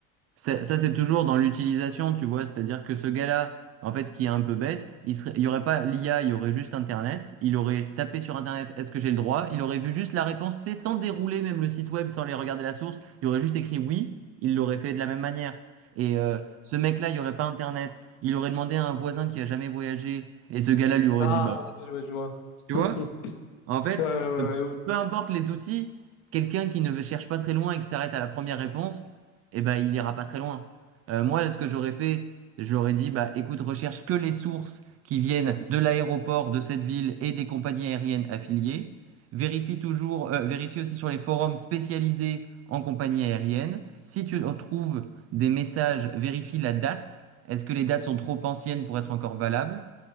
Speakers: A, on the right (about 35°); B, on the left (about 60°).
A: Ça, ça, c'est toujours dans l'utilisation, tu vois, c'est-à-dire que ce gars-là, en fait, qui est un peu bête, il serait, il y aurait pas l'IA, il y aurait juste Internet, il aurait tapé sur Internet, est-ce que j'ai le droit? Il aurait vu juste la réponse, tu sais, sans dérouler même le site web, sans aller regarder la source, il aurait juste écrit oui, il l'aurait fait de la même manière. Et euh, ce mec-là, il n'y aurait pas Internet, il aurait demandé à un voisin qui a jamais voyagé, et ce gars-là lui aurait
B: Ah,
A: dit, bah,
B: ok, je vois, je vois.
A: tu
B: <laughs>
A: vois? En fait,
B: Ouais, ouais,
A: peu
B: ouais, ouais.
A: importe les outils, quelqu'un qui ne cherche pas très loin et qui s'arrête à la première réponse, eh ben, il ira pas très loin. Euh, moi, ce que j'aurais fait, j'aurais dit, bah, écoute, recherche que les sources qui viennent de l'aéroport de cette ville et des compagnies aériennes affiliées. Vérifie toujours, euh, vérifie aussi sur les forums spécialisés en compagnie aérienne. Si tu trouves des messages, vérifie la date. Est-ce que les dates sont trop anciennes pour être encore valables?